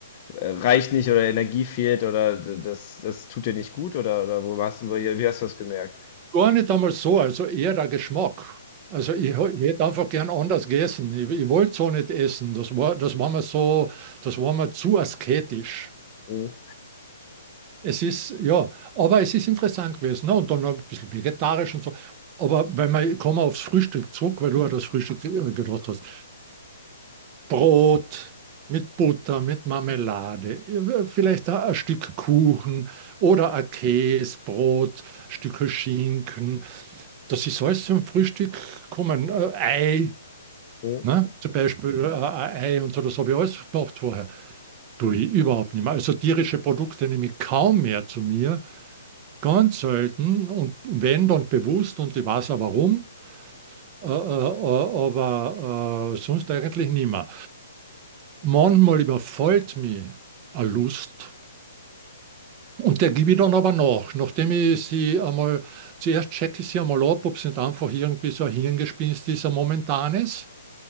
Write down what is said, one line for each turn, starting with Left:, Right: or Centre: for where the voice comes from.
Left: reicht nicht oder Energie fehlt oder d- das, das tut dir nicht gut oder, oder wo hast du, wo- wie hast du das gemerkt?
Right: gar nicht einmal so, also eher der Geschmack. Also ich, ha- ich hätte einfach gern anders gegessen. Ich, ich wollte so nicht essen. Das war, das war mir so, das war mir zu asketisch.
Left: Mhm.
Right: Es ist, ja, aber es ist interessant gewesen. Ne? Und dann noch ein bisschen vegetarisch und so. Aber wenn man, kommen wir aufs Frühstück zurück, weil du ja das Frühstück äh, gedacht hast. Brot mit Butter, mit Marmelade, äh, vielleicht ein ein Stück Kuchen oder ein Käsebrot, Stücke Schinken. Das ist alles zum Frühstück kommen. Äh, Ei,
Left: Mhm.
Right: ne? Zum Beispiel äh, ein Ei und so, das habe ich alles gemacht vorher. Tue ich überhaupt nicht mehr. Also tierische Produkte nehme ich kaum mehr zu mir. Ganz selten und wenn dann bewusst und ich weiß auch warum, äh, äh, äh, aber äh, sonst eigentlich nimmer. Manchmal überfällt mich eine Lust und der gebe ich dann aber nach, nachdem ich sie einmal, zuerst checke ich sie einmal ab, ob es nicht einfach irgendwie so ein Hirngespinst ist, ein momentanes.